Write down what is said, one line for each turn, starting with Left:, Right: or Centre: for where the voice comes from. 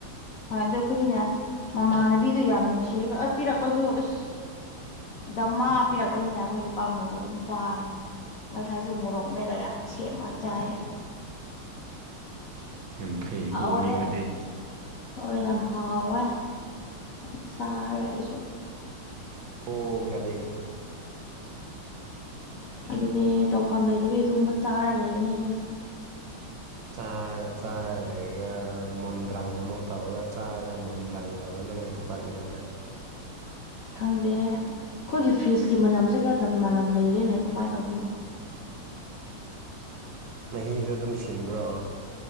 Left: ꯍꯣꯏ ꯑꯩꯈꯣꯏꯅꯤꯅ ꯃꯃꯥꯟꯅꯕꯤꯗꯨ ꯌꯥꯝ ꯅꯨꯡꯁꯤꯕ ꯄꯤꯔꯛꯄꯁꯨ ꯑꯁ ꯗꯃꯥ ꯄꯤꯔꯛꯄꯅꯤꯅ ꯑꯩꯈꯣꯏꯁꯦ ꯄꯥꯝꯃꯨꯕ ꯑꯗꯨꯝ ꯆꯥꯒ꯭ꯔꯝꯅꯦ ꯉꯁꯥꯏꯁꯨ ꯃꯣꯔꯣꯛ ꯃꯦꯠꯂꯥ ꯌꯥꯝ ꯁꯦꯝꯃ ꯆꯥꯏꯌꯦ
Right: ꯌꯥꯝ ꯐꯩꯀꯣ
Left: ꯍꯥꯎꯋꯦ
Right: ꯃꯤ ꯀꯥꯗꯤ
Left: ꯍꯣꯏ ꯌꯥꯝ ꯍꯥꯎꯋꯦ ꯌꯥꯝ ꯆꯥꯔꯦ ꯑꯩꯁꯨ
Right: <unintelligible>
Left: ꯑꯗꯨꯅꯦ ꯇꯧꯐꯝ ꯂꯩꯗꯕꯤ ꯑꯗꯨꯒꯨꯝꯕ ꯆꯥꯔ ꯂꯩꯕꯅꯦ
Right: ꯆꯥꯔꯒ ꯆꯥꯔ ꯂꯩꯔꯒ ꯃꯨꯟꯗ꯭ꯔꯥꯡ ꯑꯃꯨꯛ ꯇꯧꯔꯒ ꯆꯥꯔꯒ ꯃꯨꯟꯗ꯭ꯔꯥꯡ ꯇꯧꯔꯒ ꯅꯪꯉ ꯊꯕꯥꯛꯅꯍꯟꯗ
Left: ꯈꯪꯗꯦ ꯑꯩꯈꯣꯏꯒꯤ ꯐ꯭ꯔꯤꯖꯀꯤ ꯃꯅꯝꯁꯦ ꯈꯔꯗ ꯃꯅꯝ ꯂꯩꯔꯦꯅꯦ ꯀꯃꯥꯏꯅ ꯇꯧꯕꯅꯣ
Right: ꯃꯍꯤꯗꯣ ꯑꯗꯨꯝ ꯁꯤꯟꯕ꯭ꯔꯣ